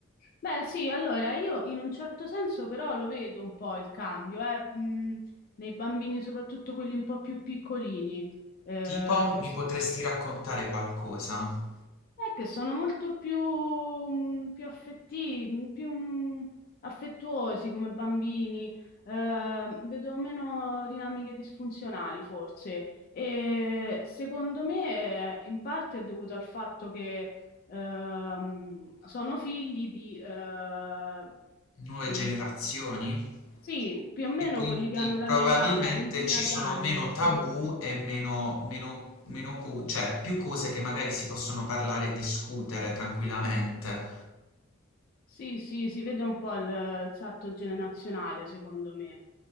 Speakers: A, on the left; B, on the left.
A: Beh, sì, allora io in un certo senso però lo vedo un po' il cambio, eh, mm, nei bambini, soprattutto quelli un po' più piccolini, eh,
B: Tipo,
A: che
B: mi
A: s-
B: potresti raccontare qualcosa?
A: È che sono molto più, mh, più affetti- più, mh, affettuosi come bambini, eh, vedo meno dinamiche disfunzionali forse. E secondo me eh, in parte è dovuto al fatto che ehm, sono figli di, eh,
B: Nuove
A: mh,
B: generazioni?
A: sì, più o meno
B: E quindi
A: quelli che hanno la
B: probabilmente
A: mia età, una trentina
B: ci sono
A: di anni.
B: meno tabù
A: Sì,
B: e meno, meno, meno co- cioè più cose che magari si possono parlare e discutere tranquillamente.
A: sì, sì, si vede un po' il il salto generazionale, secondo me.